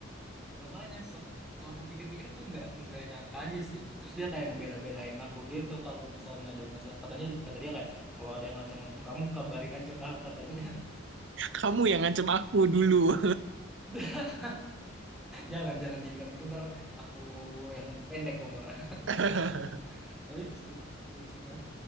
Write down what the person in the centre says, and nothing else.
makanya setel- setelah aku pikir-pikir tuh nggak nggak nyangka aja sih terus dia kayak ngebela-belain aku gitu kalau misalnya ada masalah katanya kata dia kayak kalau ada yang ngancam-ngancam kamu kabarin aja ke aku katanya
<laughs> jangan jangan dibilang gitu ntar aku yang pendek umurnya
<laughs> tapi itu sih lucunya